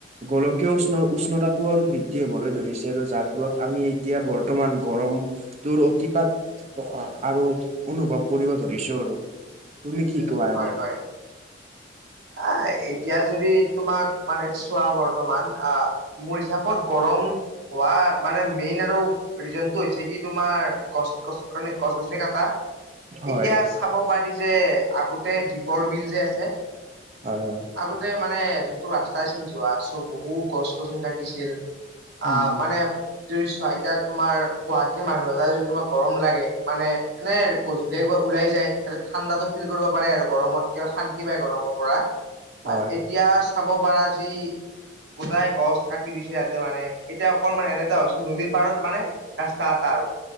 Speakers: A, on the right; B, on the right.
A: গোলকীয় উষ্ণ উষ্ণতাও আৰু বৃদ্ধি হবলৈ ধৰিছে আৰু যাৰ। ফলত আমি
B: উম
A: এতিয়া বৰ্তমান গৰম তোৰ অতিপাত। অ অ আৰু অনুভৱ কৰিব ধৰিছো আৰু তুমি
B: উম
A: কি
B: উম
A: কোৱা
B: হয়
A: এনে?
B: হয় আহ এতিয়া যদি তোমাক মানে চোৱা বৰ্তমান আ মোৰ হিচাপত গৰম হোৱা মানে মেইন আৰু ৰিজনটো হৈছে কি তোমাৰ গছ, গছ গছ- গছনি কাটা
A: হয়
B: এতিয়া চাব পাৰি যে আগতে দীপৰ বিল যে আছে।
A: হয় হয়।
B: আগতে মানে যোনটো ৰাস্তা আছিল যোৱা চ' বহুত। গছ গছনি থাকিছিল
A: উম
B: আ মানে। যদি চোৱা এতিয়া তোমাৰ গুৱাহাটীৰ মানুহ এটা যদি তোমাৰ গৰম লাগে মানে এনে। গধূলি একবাৰ ওলাই যায় তাতে ঠাণ্ডাটো ফিল কৰিব পাৰে আৰু গৰমত কিবা শান্তি পায় গৰমৰ পৰা। বাত
A: হয়
B: এক। এতিয়া চাব পাৰা যি গোটাই গছ কাটি দিছে এয়াতে মানে এতিয়া অকলমান এনে। এটা হৈছে নদীৰ পাৰত মানে ৰাস্তা এটা আৰু